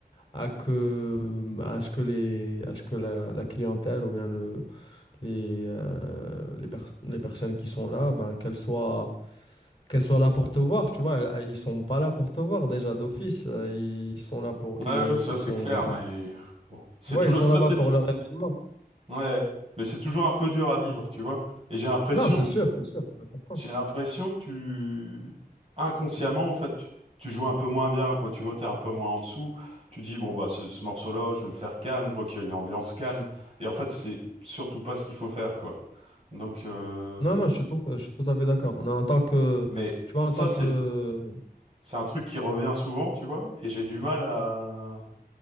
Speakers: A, on the left; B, on the right.
A: à que, à ce que les, à ce que la, la clientèle ou bien le, les, euh, les, pers- les personnes qui sont là, ben, qu'elles soient qu'elles soient là pour te voir, tu vois. elles- Ils sont pas là pour te voir déjà d'office. euh, Ils sont là pour,
B: Ouais,
A: ils
B: ouais, ça c'est
A: sont,
B: clair, mais bon. c'est
A: tu vois,
B: toujours
A: ils sont
B: ça
A: là-bas
B: c'est
A: pour leur événement.
B: ouais, mais c'est toujours un peu dur à vivre, tu vois. Et j'ai l'impression
A: Non, c'est sûr, c'est sûr, je comprends.
B: J'ai l'impression que tu, inconsciemment, en fait, tu tu joues un peu moins bien, quoi. Tu vois, t'es un peu moins en dessous. Tu dis, bon, bah, ce, ce morceau-là, je vais le faire calme. Je vois qu'il y a une ambiance calme. Et en fait, c'est surtout pas ce qu'il faut faire, quoi. Donc, euh,
A: Non, non, je suis tout, je suis tout à fait d'accord. Non, En tant que,
B: mais
A: tu vois, en
B: ça,
A: tant
B: c'est,
A: que,
B: c'est un truc qui revient souvent, tu vois. Et j'ai du mal à,